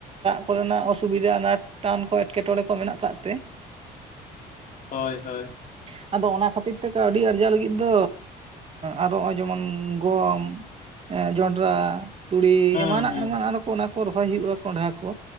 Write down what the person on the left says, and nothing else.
ᱦᱳᱭ ᱦᱳᱭ᱾
ᱦᱩᱸ
ᱦᱩᱸ